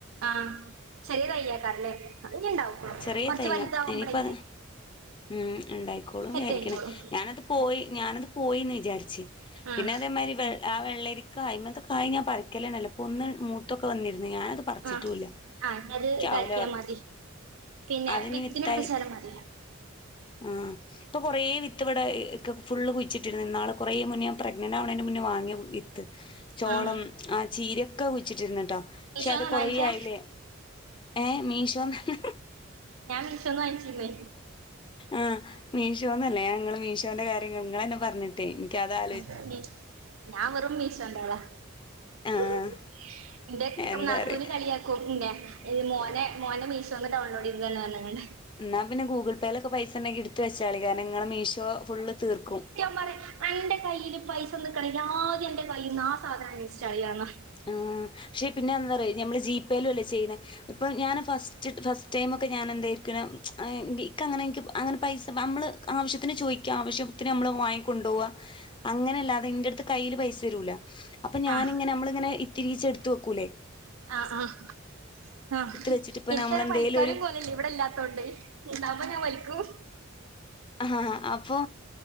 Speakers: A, on the right; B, on the left.
A: ആഹ് ചെറിയ തയ്യാക്കാരലെ അത് ഇഞ് ഇണ്ടാവും
B: ചെറിയ
A: കൊറച്ച്
B: തൈയാ
A: വലുതാവുമ്പളേ
B: ഇനിയിപ്പം മ്മ് ഉണ്ടായിക്കോളും
A: സെറ്റ്
B: വിചാരിക്കണേ
A: ആയിക്കോളും
B: ഞാനത് പോയി ൻ വിചാരിച്ച്
A: ആഹ്
B: പിന്നെ അതേമാരി ആ വെള്ളരിക്കായ്മത്തെ കായ് ഞാൻ പറിക്കലന്നെല്ല ഇപ്പൊ ഒന്ന് മൂത്തൊക്കെ വന്നിരുന്നു ഞാനത് പറിച്ചിട്ടുല്ല
A: ആഹ് ആഹ് ഇനി അത്
B: എനിക്ക്ആവൂല
A: ഇതാക്കിയാ മതി പിന്നെ
B: അതിനി
A: വിത്തിന്
B: വിത്തായി
A: എടുപ്പിച്ചാലും മതി
B: ആമ് ഇപ്പൊ കുറേ വിത്ത്വിടെ ഫുള് കുഴിച്ചിട്ടിരുന്നു ഇന്നാള് കുറേ മുന്നേ പ്രെഗ്നന്റ് ആവണന് മുന്നേ വാങ്ങി ചോളം
A: ആഹ്
B: ആ ചീരൊക്കെ കുഴിച്ചിട്ടിരുന്നിട്ടാ പക്ഷെ
A: മീഷോന്നാണോ
B: അത് കൊറേ
A: വാങ്ങിച്ചേ
B: ആയില്ലേ ഏ മീഷോ ന്നാണ്
A: ഞാൻ മീഷോ ന്ന് വാങ്ങിച്ചിരുന്നു.
B: ആഹ മീശോന്നല്ലേ ഞങ്ങള് മീശോന്റെ കാര്യങ്ങ നിങ്ങ എന്നെ പറഞ്ഞിട്ട് <unintelligible>
A: <unintelligible> ഞാൻ വെറും മീഷോ ന്റെ ആളാ
B: ആഹ്
A: <inaudible> ഇന്റൊക്കെ
B: എന്താ
A: നാത്തൂന്റെ
B: പറയാ
A: കല്യാ കുമ്പോ മോനെ മോനെ മീസോ ന്ന് ഡൗൺലോഡ് ചെയ്തന്ന് പറഞ്ഞണ്ട്
B: എന്നാ പിന്നെ ഗൂഗിൾ പേ ലൊക്കെ പൈസ ഉണ്ടെങ്കി എടുത്ത വെച്ചാള കാരണം നിങ്ങങ്ങള് മീഷോ ഫുള് തീർക്കും
A: പറ അന്റെ കയ്യിയില് പൈസ നൽക്കണങ്കിൽ ആദ്യം അൻന്റെ കയ്ൽ നിന്ന് ആ സാധനം അണിസ്റ്റാൾ ചെയണന്ന
B: ആ പക്ഷേ പിന്നെ എന്താ പറയാ ഞമ്മൾ ജീപേലും അല്ലേ ചെയ്യണ ഇപ്പം ഞാൻ ഫസ്റ്റ് ഫസ്റ്റ് ടൈമൊക്കെ ഞാൻ എന്തായിരിക്കണം ഇൻക്ക അങ്ങനെനിക്ക് അങ്ങനെ പൈസ നമ്മള് ആവശ്യത്തിന് ചോദിക്കുക ആവശ്യത്തിന് നമ്മൾ വാങ്ങിക്കൊണ്ടു പോവാ അങ്ങനെയല്ലാതെ ഇന്റെ അടുത്ത് കയ്യിയില് പൈസ തരൂല അപ്പൊ ഞാനിങ്ങനെ
A: ആഹ്
B: നമ്മളിങ്ങനെ ഇത്തിരീച്ച എടുത്ത് വെക്കൂല്ലേ
A: ആഹ ആ ആഹ്
B: വെച്ചിട്ട് ഇപ്പ
A: എനിക്കനെ
B: നമ്മളെന്തേലും
A: പരിക്കാരം
B: ഒരു
A: പോലല്ലേ ഇവിടെ ഇല്ലാത്തോണ്ട് ഉണ്ടാവുമ്പോ ഞാൻ വലിക്കും
B: ആ അപ്പോ